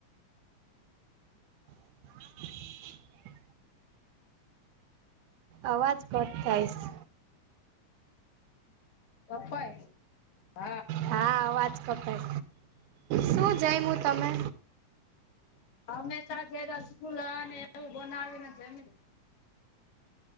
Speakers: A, on the right; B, on the left.
A: હા <inaudible> અવાજ કટ થાયશ
B: કપાય હા
A: હા અવાજ કપાય, શું જયમૂ તમે
B: હંમેશા જ સ્કૂલ ને એવું બનાવીને